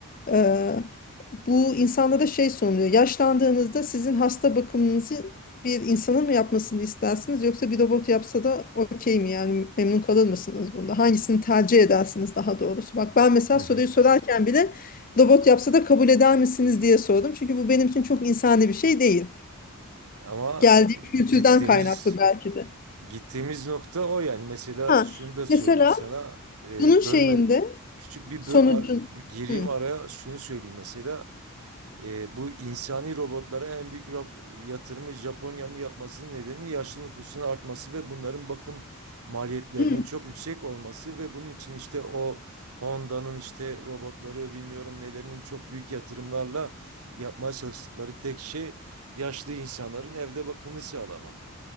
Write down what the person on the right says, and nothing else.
Hı
hı.
ama
e,
gittiğimiz
gittiğimiz nokta o yani. Mesela
şunu da söyleyeyim
sana. E,
bölme küçük bir
bö- ar- gireyim
araya şunu söyleyeyim mesela. E, bu insani robotlara en büyük ro- yatırımı Japonya'nın yapmasının nedeni yaşlı nüfusun artması ve bunların bakım maliyetlerinin
çok yüksek olması ve bunun için işte o Honda'nın işte robotları bilmiyorum nelerinin çok büyük yatırımlarla yapmaya çalıştıkları tek şey yaşlı insanların evde bakımını sağlamak.